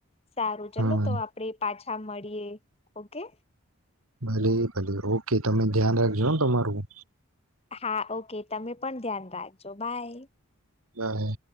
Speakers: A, on the left; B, on the right.
A: સારું ચલો
B: હમ
A: તો આપડે પાછ છા મળીએે ઓકે.
B: ભલે ભલે ઓકે તમે ધ્યાન રાખજો હ તમારું.
A: હા ઓકે તમે પણ ધ્યાન રાખજો બાય.
B: બાય.